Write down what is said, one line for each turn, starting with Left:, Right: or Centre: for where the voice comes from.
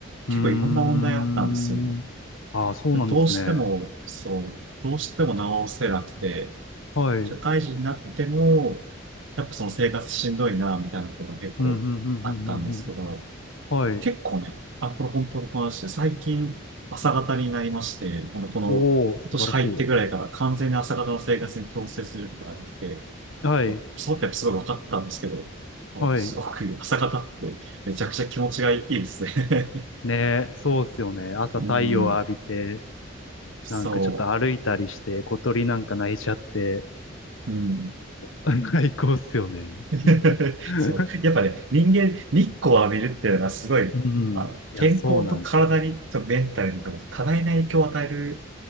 Left: うん。
Right: 結構いろんな問題あったんですよ。
Left: うん。うーん。ああ、そうなんですね。
Right: でもどうしても、そう、どうしても直せなくて、
Left: はい。うん、
Right: 社会人になっても、やっぱその生活しんどいな、みたいなことが結構あったんですけど、
Left: うん、うん、うん、うんうん。はい。
Right: 結構ね、あ、これ本当の話で、最近朝方になりまして、あのこの今年入ってぐらいから完全に朝方の生活に強制することができて、
Left: おー、素晴らしい。はい。
Right: そうってすごい分かったんですけど、あのすごく朝方ってめちゃくちゃ気持ちがいいですね。
Left: はい。ねえ、そうっすよね。朝太陽を浴びて、
Right: <laughs> うん、そ
Left: なんかちょっと歩いたりして、小鳥なんか鳴いちゃって、
Right: う。うん。
Left: <laughs> 最高っすよね。
Right: <laughs>
Left: <laughs>
Right: そう。やっぱね、人間、日光を浴びるっていうのはすごい、
Left: うん。
Right: あの、
Left: いや、
Right: 健康と体に、
Left: そうなんですよ。
Right: とメンタルに多分多大な影響を与える